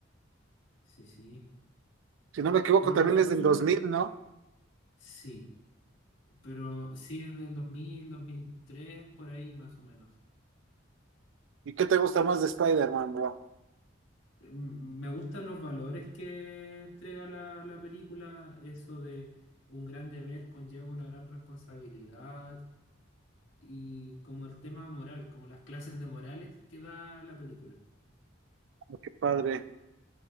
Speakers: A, on the left; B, on the right.
A: sí, sí.
B: Si no me equivoco,
A: Pero
B: también
A: no soy...
B: es del
A: muy-
B: 2000, ¿no?
A: Sí, pero sí es del dos dos mil dos mil tres por ahí más o menos.
B: ¿Y qué te gusta más de Spider-Man, bro?
A: Mm, Me gustan los valores que entrega la, la película, eso de un gran deber conlleva una gran responsabilidad y como el tema moral, como las clases de morales que da la película.
B: Oh, Qué padre.